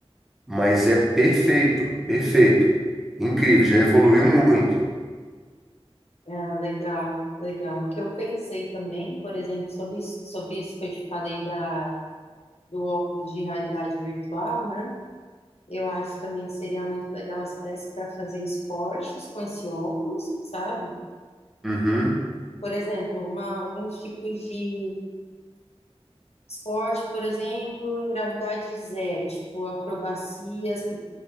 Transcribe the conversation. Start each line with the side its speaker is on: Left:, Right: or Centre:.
Centre: Mas é perfeito, perfeito. Incrível, já evoluiu muito.
Left: É, legal, legal. O que eu pensei também, por exemplo, sobre, isso- sobre isso que eu te falei da, do óculos de realidade virtual, né? Eu acho também que seria muito legal se desse para fazer esportes com esse óculos, sabe?
Centre: Uhum,
Left: Por exemplo, uma, alguns tipos de esporte, por exemplo, em gravidade zero, tipo acrobacias que